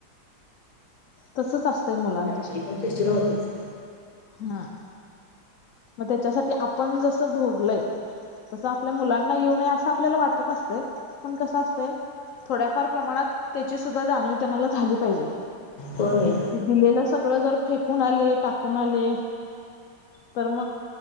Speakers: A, on the left; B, on the left.
A: तसंच असतंय मुलां
B: ते पण टेस्टड होते <unintelligible>
A: हा, मग त्याच्यासाठी आपण जस भोगलय तसं आपल्या मुलांना येऊ नये असं आपल्याला वाटत असते. पण कसं असते थोड्याफार प्रमाणात त्याची सुद्धा जाणीव त्यांनाला झाली पाहिजे.
B: होय.
A: दिलेलं सगळं जर, फेकून आले, टाकून आले तर मग